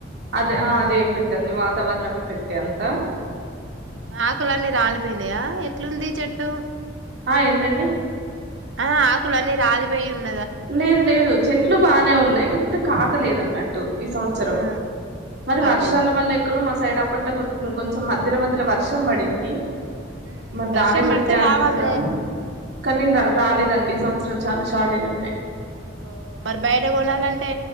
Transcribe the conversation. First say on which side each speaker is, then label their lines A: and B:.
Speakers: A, on the right; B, on the right.
A: అద
B: ఆ
A: అదే ఎఫెక్ట్ అంది వాతావరణం ఎఫెక్ట్ ఎంత
B: ఆకులన్నీ రాలిపోయినాయా ఎట్లుంది చెట్టు
A: ఆ ఏంటండి
B: ఆ ఆకులన్నీ రాలిపోయి ఉన్
A: లేదు లేదు చెట్లు బానే ఉన్నాయి కాకపోతే ఖాత లేదు అన్నట్టు ఈ సంవత్సరం
B: ఆ
A: మరి
B: అదేలే
A: వర్షాల వల్ల ఎక్కనో మా సైడ్ అప్పట్లో కొ కొంచెం మధ్యలో మధ్యలో వర్షం పడింది
B: ఉమ్,
A: మరి
B: వర్షం
A: దాని ఎఫెక్టె
B: పడితే
A: అనుకుంటా
B: రావాలనే
A: కానీలా రాలేదండి సం సంవత్సరం చాలా షార్ట్ ఏజ్ ఉన్నాయ్
B: ఓ మరి బయట కొనాలంటే